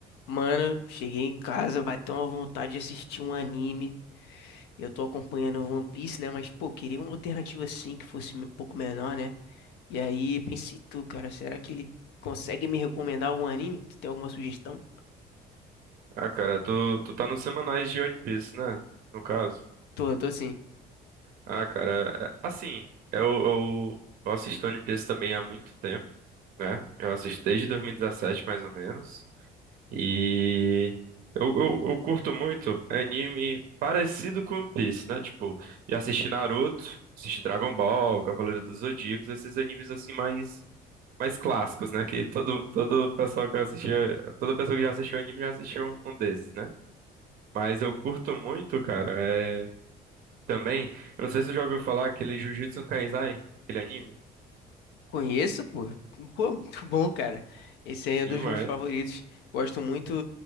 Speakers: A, on the left; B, on the right.
A: Mano, cheguei em casa, bateu uma vontade de assistir um anime. Eu tô acompanhando One Piece, né? Mas, pô, queria uma alternativa assim que fosse um pouco menor, né? E aí pensei, tu, cara, será que ele consegue me recomendar algum anime? Tu tem alguma sugestão?
B: Ah, cara, tu, tu tá nos semanais de One Piece, né? No caso.
A: Tô, tô sim.
B: Ah, cara, é- assim, eu, eu, eu assisto One Piece também há muito tempo, né? Eu assisto desde 2017, mais ou menos. E eu, eu, eu curto muito anime parecido com One Piece, né? Tipo, já assisti Naruto, assisti Dragon Ball, Cavaleiro dos Zodíacos, esses animes assim mais, mais clássicos, né? Que todo, todo pessoal que assistiu, toda pessoa que já assistiu anime já assistiu um um desses, né? Mas eu curto muito, cara. É... Também, eu não sei se você já ouviu falar aquele Jujutsu Kaisai, aquele anime.
A: Conheço, pô. Pô, muito bom, cara. Esse aí é um
B: Demais,
A: dos meus favoritos. Gosto muito